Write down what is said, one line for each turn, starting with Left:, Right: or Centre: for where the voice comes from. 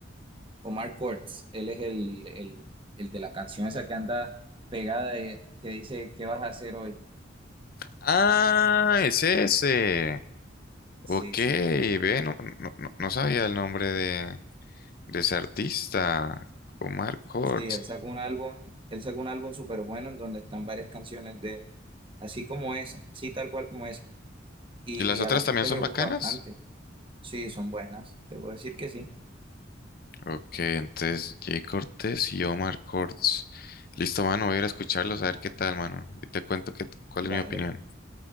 Right: Omar Courtz, él es el, el, el de la canción esa que anda pegada de, que dice ¿Qué vas a hacer hoy?
Left: Ah, es ese.
Right: Sí,
Left: Ok,
Right: sí.
Left: ve, no, no, no no sabía el nombre de, de ese artista. Omar Cortz.
Right: Sí, él sacó un álbum, él sacó un álbum súper bueno en donde están varias canciones de, así como esa, así tal cual como esa. Y
Left: ¿Y las otras
Right: a la gente
Left: también son
Right: le gusta
Left: bacanas?
Right: bastante. Sí, son buenas. Te puedo decir que sí.
Left: Ok, entonces Jay Cortés y Omar Cortz. Listo, mano, voy a ir a escucharlos a ver qué tal, mano. Y te cuento qué- cuál
Right: Vale.
Left: es mi opinión.